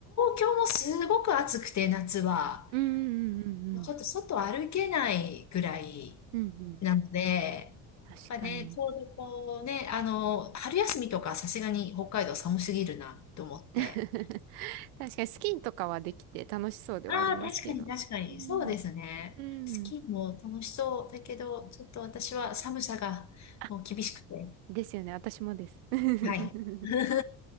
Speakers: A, on the left (about 40°); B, on the right (about 80°).
A: 京もすごく暑くて、夏は。
B: うん、うん、うん、うん。
A: もうちょっと外歩けないぐらい
B: うん、うん。
A: なので、
B: 確かに。
A: まあね、ちょうどこうね、あの、春休みとかさすがに北海道寒すぎるなと思って。
B: <laughs> 確かにスキーとかはできて楽しそうではありますけど。
A: ああ、確かに確かに。
B: うん、
A: そうですね。
B: うん。
A: スキーも楽しそうだけど、ちょっと私は寒さがもう厳しくて。
B: あ、ですよね、私もです。<laughs>
A: はい。<laughs>